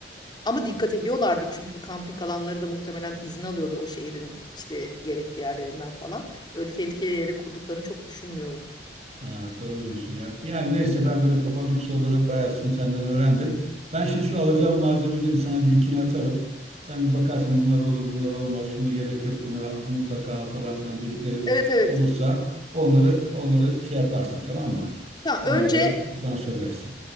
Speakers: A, on the left; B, on the right.
A: Ama dikkat ediyorlardır çünkü bu kamping alanları da muhtemelen izin alıyordur o şehrin işte gerekli yerlerinden falan. Öyle tehlikeli yere kurduklarını çok düşünmüyorum.
B: Ha, doğru diyorsun ya. Yani neyse ben böyle kafamdaki soruları bayağısını senden öğrendim. Ben şimdi şu alacağım malzemeleri sana linkini atarım. Sen bir bakarsın bunlar olur bunlar olmaz. Şunu gerek yok bunu mutlaka al falan filan dediklerin
A: Evet evet.
B: olursa onları onları şey yaparsın tamam mı?
A: Ha,
B: Onları
A: önce
B: bana söylersin.